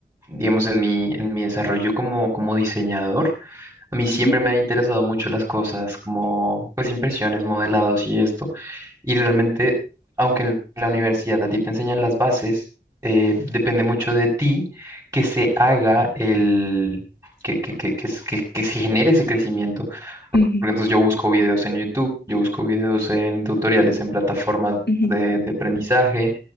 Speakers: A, on the right; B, on the left.
A: digamos, en mi, en mi desarrollo como, como diseñador, a mí siempre
B: Ujú,
A: me han interesado mucho las cosas como, pues, impresiones, modelados y esto. Y realmente, aunque en la universidad a ti te enseñan las bases, eh, depende mucho de ti que se haga el, que, que, que, que, s- que- que se genere ese crecimiento.
B: ujú, ujú,
A: Porque entonces yo busco videos en YouTube, yo busco videos en tutoriales, en plataformas
B: ujú.
A: de, de aprendizaje.